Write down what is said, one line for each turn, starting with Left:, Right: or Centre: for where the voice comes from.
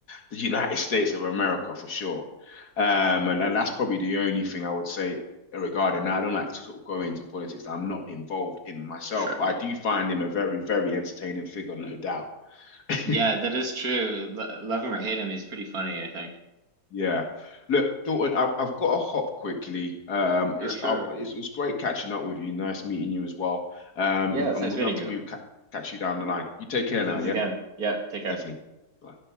Left: the United States of America for sure. Um, and, and that's probably the only thing I would say regarding that. I don't like to sort of go into politics that I'm not involved in myself,
Right: For sure.
Left: but I do find him a very, very entertaining figure, no doubt. <laughs>
Right: Yeah, that is true. L love him or hate him, he's pretty funny, I think.
Left: Yeah. Look, Dalton, I've, I've got to hop quickly. Um, it's,
Right: Sure, sure.
Left: uh, it's it's great catching up with you. Nice meeting you as well. Um,
Right: Yeah,
Left: and,
Right: it's
Left: and
Right: nice
Left: we'd
Right: meeting
Left: love to
Right: you.
Left: maybe ca catch you down the line. You take care
Right: Do
Left: now,
Right: this
Left: yeah?
Right: again. Yeah, take care.
Left: Definitely. Bye.